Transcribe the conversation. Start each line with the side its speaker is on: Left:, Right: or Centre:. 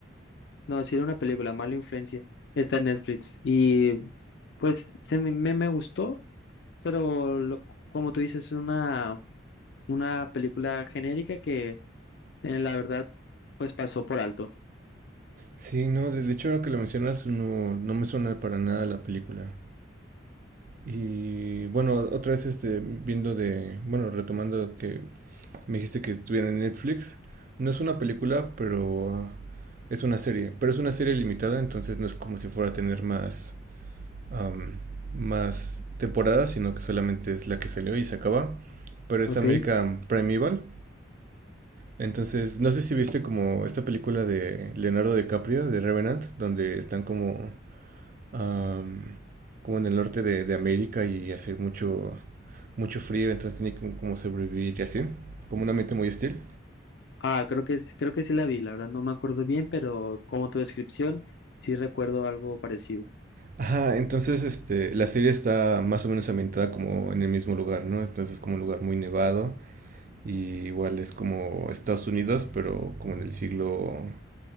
Left: no, si era una película, Mala Influencia, está en Netflix y pues se me, me, me gustó, pero lo- como tú dices, es una, una película genérica que eh, la verdad pues pasó por alto,
Right: Sí, no, de, de hecho ahora que lo mencionas no, no me suena para nada la película. Y bueno, otra vez este, viendo de, bueno, retomando que me dijiste que estuviera en Netflix, no es una película, pero ah, es una serie, pero es una serie limitada, entonces no es como si fuera a tener más, am, más temporadas, sino que solamente es la que salió y se acaba, pero es
Left: ¿ok?
Right: American Primeval. Entonces, no sé si viste como esta película de Leonardo DiCaprio, de Revenant, donde están como, am, como en el norte de, de América y hace mucho, mucho frío, entonces tiene que como sobrevivir y así, como un ambiente muy hostil.
Left: Ah, creo que es, creo que sí la vi, la verdad no me acuerdo bien, pero como tu descripción, sí recuerdo algo parecido.
Right: Ajá, entonces este, la serie está más o menos ambientada como en el mismo lugar, ¿no? Entonces es como un lugar muy nevado y igual es como Estados Unidos, pero como en el siglo